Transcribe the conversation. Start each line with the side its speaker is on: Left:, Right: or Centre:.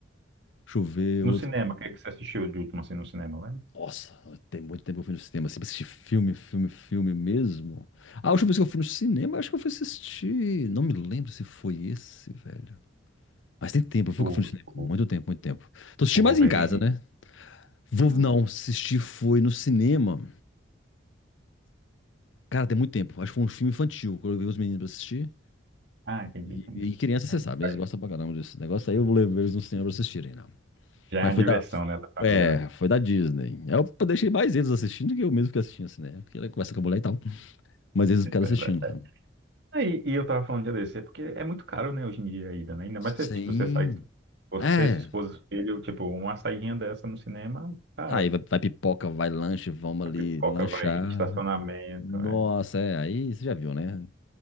Left: Deixa eu ver
Right: No
Left: outro.
Right: cinema, o que é que você assistiu de último, assim, no cinema, lembra?
Left: Nossa, tem muito tempo que eu fui no cinema, assim, pra assistir filme, filme, filme mesmo. A última vez que eu fui no cinema, acho que eu fui assistir. Não me lembro se foi esse, velho. Mas tem tempo, viu
Right: O,
Left: que eu fui no cinema? Muito
Right: o,
Left: tempo, muito tempo. Tô assistindo
Right: o Wolverine?
Left: mais em casa, né? Vou,
Right: Ah.
Left: não, assistir foi no cinema. Cara, tem muito tempo. Acho que foi um filme infantil, que eu levei os meninos pra assistir.
Right: Ah, entendi,
Left: E,
Right: entendi.
Left: e criança, você
Right: Aí,
Left: sabe,
Right: aí
Left: eles gostam pra caramba desse negócio. Aí eu levei eles no cinema pra assistirem, não.
Right: já
Left: Mas
Right: é a
Left: foi
Right: diversão,
Left: da,
Right: né, da
Left: é,
Right: família, né?
Left: foi da Disney. Aí Eu deixei mais eles assistindo do que eu mesmo que assistindo assim, né? Porque ela conversa com a mulher e tal. Mas eles
Right: <laughs>
Left: ficaram
Right: Verdade.
Left: assistindo lá.
Right: Aí, e eu tava falando de ADC, porque é muito caro, né, hoje em dia ainda, né? Ainda
Left: Sim.
Right: mais se, tipo, você sai, você,
Left: É.
Right: sua esposa, filho, tipo, uma saidinha dessa no cinema, cara,
Left: Aí vai, vai pipoca, vai lanche, vamos
Right: a
Left: ali
Right: pipoca
Left: lanchar.
Right: vai, estacionamento,
Left: Nossa,
Right: né?
Left: é. Aí você já viu, né?